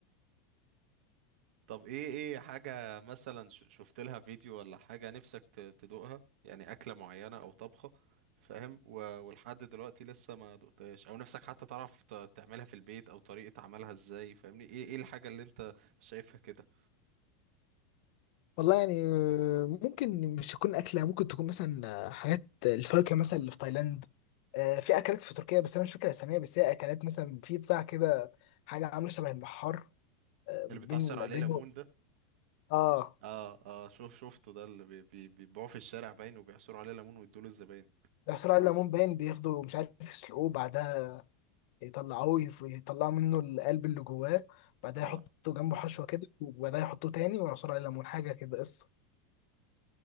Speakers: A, on the right; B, on the left.
A: طب ايه ايه حاجة مثلا ش- شفت لها فيديو ولا حاجة نفسك ت- تدوقها يعني أكلة معينة أو طبخة فاهم و- ولحد دلوقتي لسه ما دقتهاش أو نفسك حتى تعرف ت- تعملها في البيت أو طريقة عملها ازاي فاهمني ايه ايه الحاجة اللي انت شايفها كده
B: والله يعني آه، ممكن مش تكون اكله ممكن تكون مثلا آه، حاجات الفاكهه مثلا اللي في تايلاند آه، في اكلات في تركيا بس انا مش فاكر اساميها بس هي اكلات مثلا في بتاع كده حاجه عامله شبه البحار آه،
A: اللي
B: بين
A: بتعصر عليه
B: بينه
A: ليمون ده
B: اه
A: اه اه شوف شفته ده اللي بي- بي- بيبيعوه في الشارع باين وبيعصروا عليه ليمون ويدوله الزباين
B: بيحصلوا على الليمون باين بياخدوا مش عارف يسلقوه بعدها يطلعوه يف- يطلعوا منه القلب اللي جواه بعدها
A: اه
B: يحطوا جنبه حشوه كده وبعدها يحطوه تاني ويعصروا على الليمون حاجه كده قصه